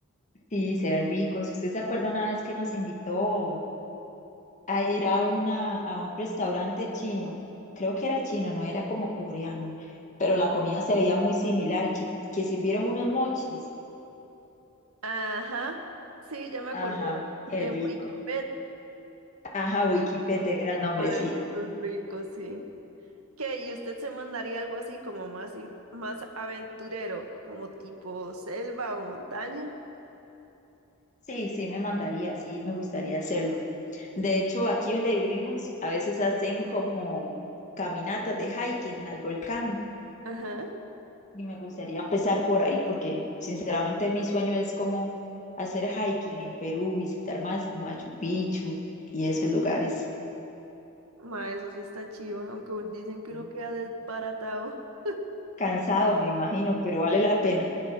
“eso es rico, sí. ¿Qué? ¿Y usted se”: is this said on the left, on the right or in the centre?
Right